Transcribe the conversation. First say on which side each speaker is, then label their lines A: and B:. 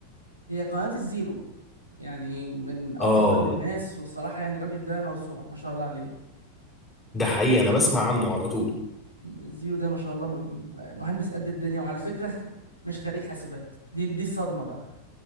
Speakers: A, on the left; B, on the left.
A: هي قناة الزيرو يعني من افضل
B: اه
A: الناس والصراحة يعني الراجل ده موسوعة ما شاء الله عليه
B: ده حقيقي انا بسمع عنه
A: مم.
B: على طول
A: الزيرو ده ما شاء الله م- مهندس قد الدنيا وعلى فكرة <laughs> مش خريج حاسبات دي دي الصدمة بقى